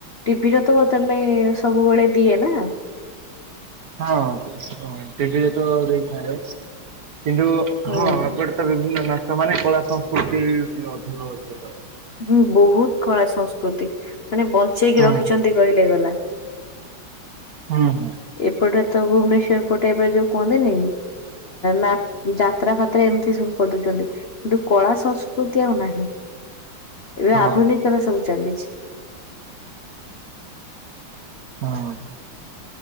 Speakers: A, on the left (about 75°); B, on the right (about 60°).
A: ଟିଭିିଟ ତ ତମେ ସବୁବେଳେ ଦିଏ ନା
B: ହଁ ଟିଭିରେ ତ ଦେଇଥାଏ। କିନ୍ତୁ
A: ହୁଁ।
B: ହଁ ଏପଟେ ତ ବିଭିନ୍ନ ନାଚ ମାନେ କଳା ସଂସ୍କୃତି ଅଭିନୟ କର।
A: ହୁଁ ବହୁତ କଳା ସଂସ୍କୃତି ମାନେ ବଞ୍ଚେଇକି
B: ହଁ
A: ରଖିଛନ୍ତି କହିଲେ ଗଲା।
B: ହୁଁ ହୁଁ।
A: ଏପଟେ ତ ଭୁବନେଶ୍ଵର ପଟେ ଏବେ ଯୋଉ କୁହନ୍ତିନି ନା ଯାତ୍ରା ଫାତ୍ରା ଏମିତି ସବୁ କରିଦଉଛନ୍ତି କିନ୍ତୁ କଳା ସଂସ୍କୃତି ଆଉ ନାହିଁ। ଏବେ
B: ହଁ
A: ଆଧୁନିକରେ ସବୁ ଚାଲିଛି।
B: ହଁ।